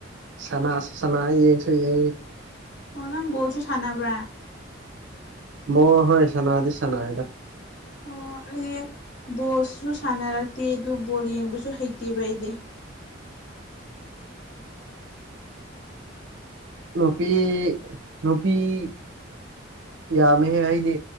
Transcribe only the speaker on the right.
ꯁꯅꯥꯁꯨ ꯁꯅꯥ ꯌꯦꯡꯁꯨ ꯌꯦ
ꯑꯣꯣꯏ ꯍꯣꯏ ꯁꯅꯥꯗꯤ ꯁꯅꯥ ꯍꯥꯏꯗ
ꯔꯨꯄꯤ ꯔꯨꯄꯤꯄꯤ ꯌꯥꯝꯃꯦꯍꯦ ꯑꯩꯗꯤ